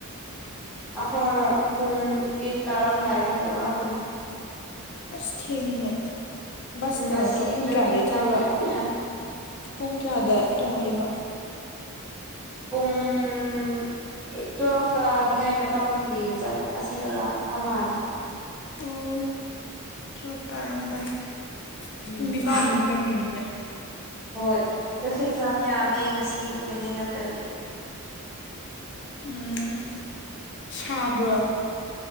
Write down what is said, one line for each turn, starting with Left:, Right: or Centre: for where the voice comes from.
Centre: ꯑꯍꯣꯏ ꯄꯨꯡ ꯑꯩꯠ ꯇꯥꯔꯝꯗꯥꯏꯗ ꯌꯥꯎꯔꯛꯑꯃꯅꯤ
Left: ꯑꯁ ꯊꯦꯡꯉꯤꯅꯦ ꯕꯁꯇ
Centre: ꯎꯝ ꯉꯁꯤ
Left: ꯅꯠꯇ꯭ꯔ ꯄꯨꯡ
Centre: ꯇ꯭ꯔꯥꯐꯤꯛ
Left: ꯀꯌꯥꯗꯒꯤꯩ
Centre: ꯖꯥꯝ
Left: ꯊꯣꯛꯂꯛ
Centre: ꯌꯥꯝ ꯌꯥꯝ
Left: ꯄꯨꯡ ꯀꯌꯥꯗ ꯇꯣꯡꯉꯛꯏꯕ
Centre: ꯄꯨꯡ ꯇꯨꯌꯦꯜꯐ ꯇꯥꯅꯤꯡꯉꯥꯏ ꯃꯇꯝꯗꯒꯤ ꯑꯁꯤꯗ ꯂꯥꯛꯄ ꯃꯥꯜꯂꯤ
Left: ꯑꯣ ꯇꯨꯌꯦꯞ ꯇꯥꯔꯛꯑꯗꯥꯏ ꯑꯁ
Centre: ꯎꯝ
Left: ꯄꯨꯡ ꯅꯤꯄꯥꯥꯟꯃꯨꯛ ꯆꯪꯉꯅꯤꯅꯦ
Centre: ꯍꯣꯏ ꯇ꯭ꯔꯥꯐꯤꯛ ꯖꯥꯝ ꯌꯥꯝꯃꯦ ꯉꯁꯤꯗꯨꯅꯅꯦ ꯅꯠꯇ꯭ꯔꯗꯤ
Left: ꯎꯝ ꯁꯥꯕ꯭ꯔꯣ